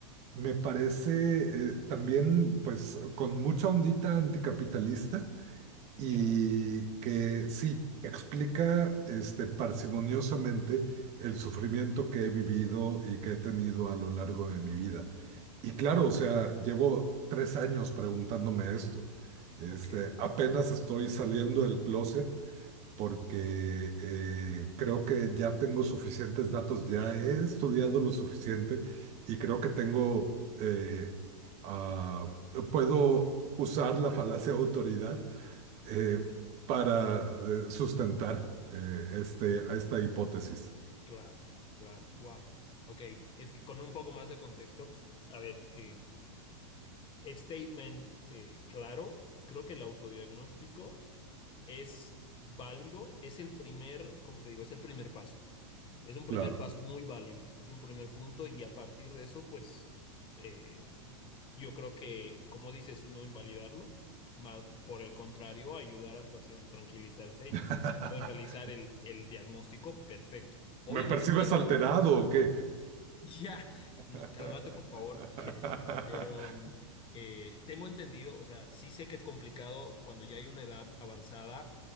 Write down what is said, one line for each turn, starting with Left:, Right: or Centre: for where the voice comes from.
Right: me parece eh, también pues con mucha ondita anticapitalista y
Left: ya,
Right: que sí explica este parsimoniosamente el sufrimiento que he vivido y que he tenido a lo largo de mi vida. Y claro, o sea, llevo tres años preguntándome esto. Este,
Left: ok,
Right: apenas estoy saliendo del closet porque eh, creo que ya tengo suficientes datos, ya he estudiado lo suficiente y creo que tengo, eh, ah, puedo usar la falacia de autoridad eh, para eh, sustentar eh, este, a esta hipótesis.
Left: claro, claro, wow. Ok, es que con un poco más de contexto, a ver, eh, statement eh, claro. Creo que el autodiagnóstico es válido, es el primer, como te digo, es el primer paso. Es un primer
Right: Claro.
Left: paso muy válido, es un primer punto y a partir de eso, pues eh, yo creo que, como dices, no invalidarlo, más por el contrario, ayudar al paciente a tranquilizarse y
Right: <laughs>
Left: si se puede realizar el, el diagnóstico, perfecto. Obviamente
Right: ¿Me percibes
Left: tengo,
Right: alterado o qué?
Left: <laughs> Ya,
Right: <laughs>
Left: no, cálmate por favor, <laughs> ya. Pero mm, eh, tengo entendido, o sea, sí sé que es complicado cuando ya hay una edad avanzada,